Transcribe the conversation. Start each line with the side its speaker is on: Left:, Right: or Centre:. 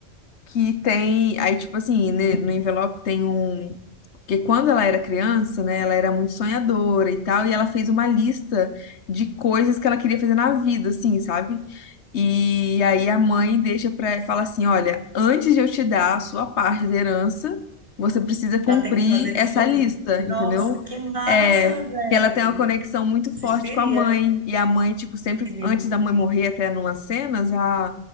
Left: que tem. Aí, tipo assim, ne- no envelope tem um. Porque quando ela era criança, né, ela era muito sonhadora e tal, e ela fez uma lista de coisas que ela queria fazer na vida, assim, sabe? E aí a mãe deixa para fala assim, olha, antes de eu te dar a sua parte da herança, você precisa cumprir
Right: Pra ter que fazer
Left: essa
Right: tudo?
Left: lista,
Right: Nossa,
Left: entendeu?
Right: que massa,
Left: É,
Right: véi.
Left: que ela tem uma conexão muito
Right: Assistiria.
Left: forte com a mãe e a mãe tipo sempre
Right: Entendi.
Left: antes da mãe morrer até numas cenas, a